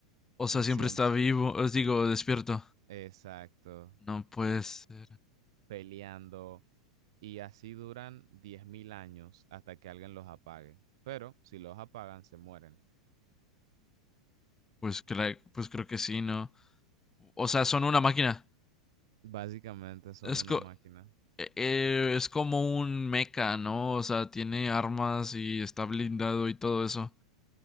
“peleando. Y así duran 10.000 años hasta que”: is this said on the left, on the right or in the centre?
Right